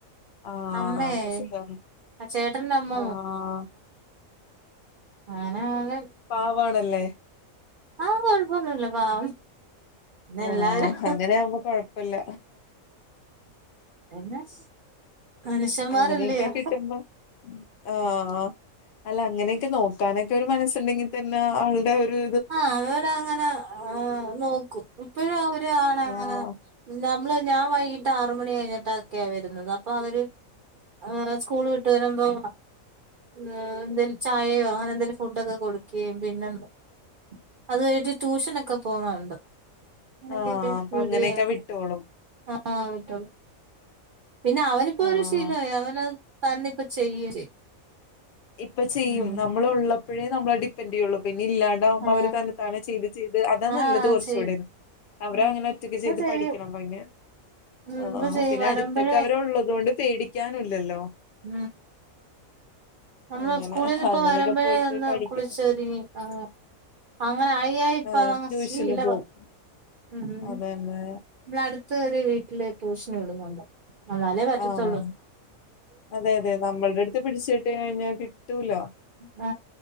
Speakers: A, on the left (about 80°); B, on the right (about 55°).
A: ആഹ്
B: അമ്മയെ
A: അപ്പം സുഖാണ്
B: ആ ചേട്ടന്റെ അമ്മ
A: ആഹ്
B: ആനെ <unintelligible>
A: പാവാണല്ലേ
B: ആഹ് കൊഴപ്പൊന്നുല്ല പാവ പിന്നെല്ലാരും
A: ഉം അങ്ങനെ ആവുമ്പോ കൊഴപ്പല്ല
B: എന്നെ മനുഷ്യന്മാരല്ലയോ
A: അങ്ങനെയൊക്കെ കിട്ടുമ്പോ ആഹ് ആഹ് അല്ല അങ്ങനെയൊക്കെ നോക്കാനൊക്കെ ഒരു മനസ്സുണ്ടെങ്കിൽ തന്നെ ആളുടെ ഒര്
B: ആഹ് അതുപോലെ അങ്ങനെ ആഹ് നോക്കും ഇപ്പഴും അവര് ആണ് അങ്ങനെ
A: ആഹ്
B: നമ്മള് ഞാൻ വൈകിട്ട് ആറ് മണി കഴിഞ്ഞിട്ടൊക്കെയ വരുന്നത് അപ്പൊ അവര് ആഹ് സ്കൂള് വിട്ട് വരുമ്പം ആഹ് എന്തേലും ചായയോ അങ്ങനെ എന്തേലും ഫുഡൊക്കെ കൊടുക്കുകയും പിന്നെന്തോ അത് കഴിഞ്ഞിട്ട് ട്യൂഷനൊക്കെ പോകാണ്ട് <unintelligible>
A: ആഹ് അപ്പൊ അങ്ങനെയൊക്കെ വിട്ടോളും.
B: ആഹ് വിട്ടോ പിന്നെ അവനിപ്പോ
A: ആഹ്
B: ഒരു ശീലായി അവനത് തന്നെപ്പം ചെയ്യേം ചെയ്യും
A: ഇപ്പം ചെയ്യും
B: ഉം
A: നമ്മൾ ഉള്ളപ്പഴേ നമ്മളെ ഡിപ്പെെൻറ് ചെയ്യുള്ളൂ പിന്നെ ഇല്ലാ ണ്ടാവുമ്പം
B: ആ
A: അവര് തന്നെ താനെ ചെയ്ത് ചെയ്ത് അതാ
B: ആ
A: നല്ലത് കുറച്ചൂടെ
B: ചെയ്യും
A: അവരങ്ങനെ
B: ഉം
A: ഒറ്റക്ക്
B: ഇപ്പൊ
A: ചെയ്ത്
B: ചെയ്യും
A: പഠിക്കണം പിന്നെ
B: ഉം
A: ആഹ്
B: ഇപ്പൊ
A: ആഹ്
B: ചെയ്യും
A: പിന്നെ
B: വരുമ്പഴേ
A: അടുത്തൊക്കെ അവരുള്ളത് കൊണ്ട് പേടിക്കാനൂല്ലല്ലോ
B: ഊം നമ്മള്
A: അങ്ങനെ
B: സ്കൂളിന്ന് ഇപ്പ
A: അങ്ങനെയൊക്കെ
B: വരുമ്പഴേ
A: പോയി പോയി
B: ഒന്ന്
A: പഠിക്കും
B: കുളിച്ചൊരുങ്ങി ആഹ് അങ്ങനെ ആയി ആയി ഇപ്പതങ്ങ്
A: ആഹ് ട്യൂഷന്
B: ശീലവാ.
A: പോവും
B: ഉഹൂം.
A: അതന്നെ
B: ഇവടെ അടുത്തൊര് വീട്ടില് ട്യൂഷൻ വിടുന്നുണ്ട്. എന്നാലേ പറ്റത്തൊള്ളൂ
A: ആഹ് അതെ അതെ നമ്മൾടെ അടുത്ത് പിടിച്ചിട്ട് കഴിഞ്ഞാൽ കിട്ടൂലാ
B: ആ